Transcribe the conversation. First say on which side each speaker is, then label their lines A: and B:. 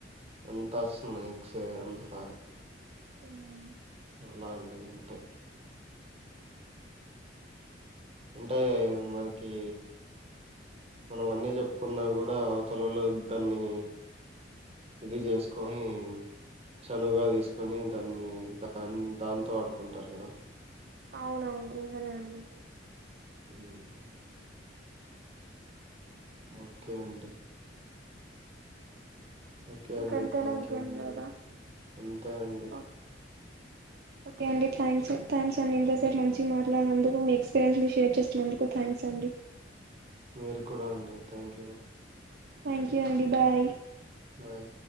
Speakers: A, on the right; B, on the right.
A: అంతాస్న్నా స్తే అంతా
B: <unintelligible>
A: అలా అండి అంతే అంటే మనకి మనం అన్ని చెప్పుకున్నా కూడా అవతలొల్లు దాన్ని ఇది చేసుకొని చనువుగా తీసుకొని దాన్ని దాన్ని దాంతో ఆడుకుంటారు కదా
B: అవునవును నిజమే అండి.
A: <unintelligible> ఓకే అండి. ఓకే
B: ఇంకెంతేనా
A: అండి థ్యాంక్
B: ఇంకేం
A: యూ అండి
B: లేదా
A: అంతే అండి
B: ఓ ఓకే అండి థాంక్స్ థ్యాంక్స్ అండి ఇంతసేపు మంచి మాట్లాడినందుకు మీ ఎక్స్పీరియన్స్ ని షేర్ చేస్తున్నందుకు థ్యాంక్స్ అండి
A: మీరు కూడా అండి థ్యాంక్ యూ
B: థ్యాంక్ యూ అండి బాయ్
A: బాయ్